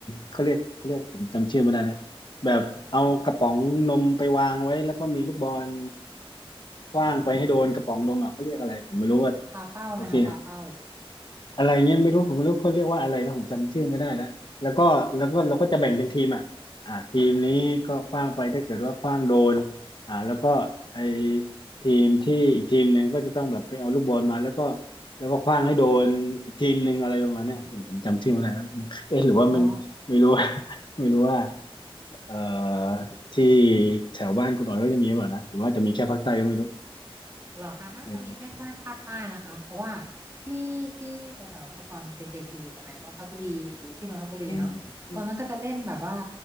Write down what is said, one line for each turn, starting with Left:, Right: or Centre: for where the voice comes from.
Left: เขาเรียกเขาเรียกผมจำชื่อไม่ได้นะแบบเอากระป๋องนมไปวางไว้แล้วก็มีลูกบอลขว้างไปให้โดนกระป๋องนมอ่ะเขาเรียกอะไรผมไม่รู้ว่า
Right: ปาเป้าไหมคะปาเป้า
Left: โอเค อะไรเงี้ยไม่รู้ผมไม่รู้เขาเรียกว่าอะไรนะผมจำชื่อไม่ได้แล้วแล้วก็แล้วก็เราก็จะแบ่งเป็นทีมอ่ะอ่าทีมนี้ก็ขว้างไปถ้าเกิดว่าขว้างโดนอ่าแล้วก็ไอทีมที่อีกทีมหนึ่งก็จะต้องแบบไปเอาลูกบอลมาแล้วก็แล้วก็ขว้างให้โดนอีกทีมหนึ่งอะไรประมาณเนี้ยเออผมจำชื่อไม่ได้แล้วเอ๊ะหรือว่ามันไม่รู้
Right: อ๋อ
Left: <laughs> ว่า <laughs> ไม่รู้ว่าเอ่อที่แถวบ้านคุณอ๋อยก็จะมีหรือเปล่านะหรือว่าจะมีแค่ภาคใต้ก็ไม่รู้
Right: เหรอคะน่าจะมีแค่ท่าภาคใต้นะคะเพราะว่า
Left: เออ
Right: ที่ที่แถวๆแต่ก่อนเด็กๆอยู่สมัยนนทบุรีอยู่ที่นนทบุรีเนาะตอนนั้นก็จะเล่นแบบว่า
Left: <laughs> อืม <laughs> อืม